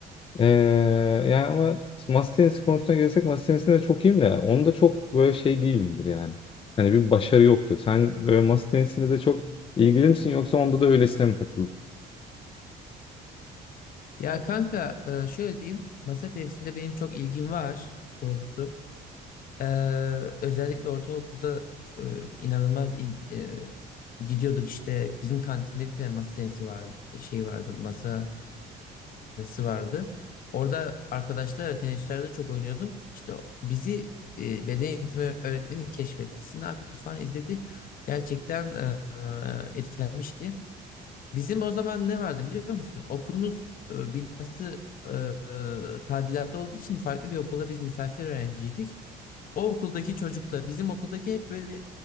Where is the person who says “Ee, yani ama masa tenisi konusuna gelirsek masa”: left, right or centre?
Left